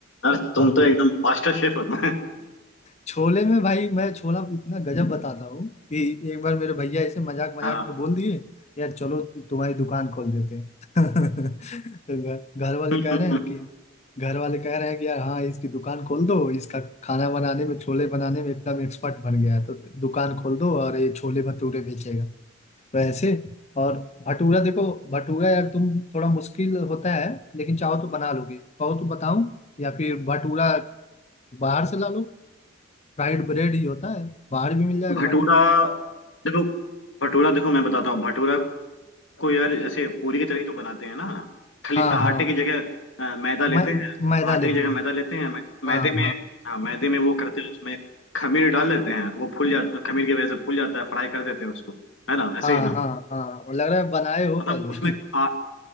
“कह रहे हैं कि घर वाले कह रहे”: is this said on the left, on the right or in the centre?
Left